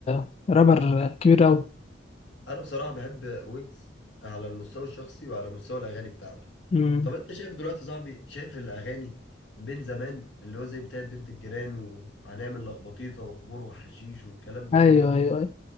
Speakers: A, on the left (about 35°); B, on the left (about 70°).
A: ورابر كبير قوي
B: انا بصراحه بحب ويجز على المستوى الشخصي وعلى مستوى الاغاني بتاعته
A: امم
B: طب انت شايف دلوقتي يا صاحبي شايف الاغاني بين زمان اللي هو زي بتاعت بنت الجيران وهنعمل لخبطيطه وخمور وحشيش والكلام ده
A: ايوه
B: كله
A: ايوه ايوه